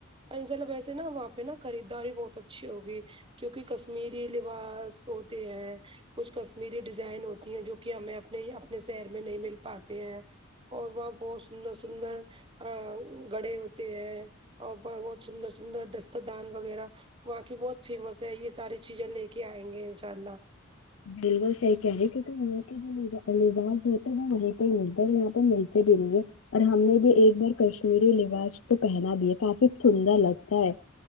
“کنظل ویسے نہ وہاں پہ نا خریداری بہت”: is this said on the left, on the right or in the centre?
Right